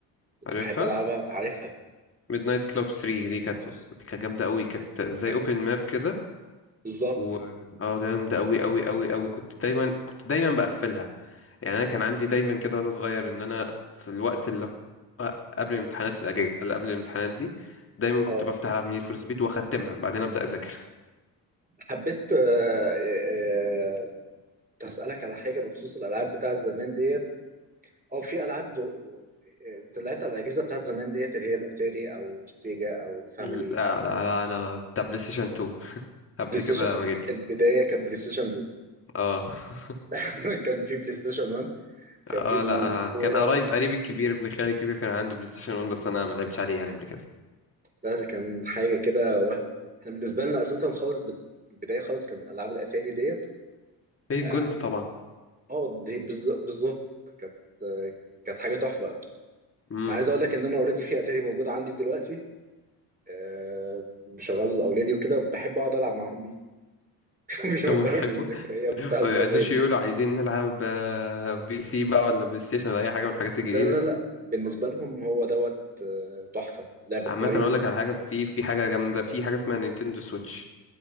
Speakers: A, on the right; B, on the left.
A: كنت
B: عارفها
A: بحب العبها عارفها
B: ميد نايت كلوب 3 دي كانت بص دي كانت جامدة قوي كانت زي
A: كانت
B: اوبن ماب كده
A: بالظبط
B: و اه جامدة قوي قوي قوي قوي كنت دايما كنت دايما بقفلها يعني انا كان عندي دايما كده وانا صغير ان انا في الوقت اللي هو قبل الامتحانات الاجازة اللي قبل الامتحانات دي دايما كنت
A: اه
B: بفتح العب نيد فور سبيد واختمها بعدين ابدا اذاكر
A: حبيت آه، آه، آه، كنت هسألك على حاجة بخصوص الألعاب بتاعت زمان ديت اه في العاب دو... انت لعبت على الاجهزه بتاعت زمان ديت اللي هي الاتاري او السيجا او
B: <laughs>
A: الفاميلي
B: لا لا لا انا بتاع بلاي ستيشن 2 قبل
A: بلاي ستيشن
B: كده ما جيتش
A: البدايه كانت بلاي ستيشن 2
B: اه <laughs>
A: <laughs> كان في بلاي ستيشن 1 كان
B: اه
A: في الكوره
B: لا آه. كان قريب
A: الس-
B: قريبي الكبير ابن خالي الكبير كان عنده بلاي ستيشن 1 بس انا ما لعبتش عليه يعني قبل كده
A: لا ده كان حاجه كده وهم احنا بالنسبه لنا اساسا خالص بد... البدايه خالص كان العاب الاتاري ديت
B: في
A: اه
B: جولد طبعا
A: آه، دي بالز- بالظبط كانت آه، كانت حاجه تحفه
B: امم
A: انا عايز اقول لك ان انا اوريدي في اتاري موجود عندي دلوقتي آه، بشغل اولادي وكده بحب اقعد العب معاهم بيه <laughs> بيفكرك
B: هم بيحبوا
A: بالذكريات
B: <laughs>
A: بتاعت
B: ما بيقعدوش
A: زمان
B: يقولوا عايزين نلعب آه، بي سي بقى ولا بلاي ستيشن ولا اي حاجه من الحاجات
A: لا
B: الجديده
A: لا
B: دي
A: لا بالنسبة لهم هو دوت آه، تحفة لعبة
B: عامه
A: ماريو
B: اقول لك على حاجه في في حاجه جامده في حاجه اسمها نينتندو سويتش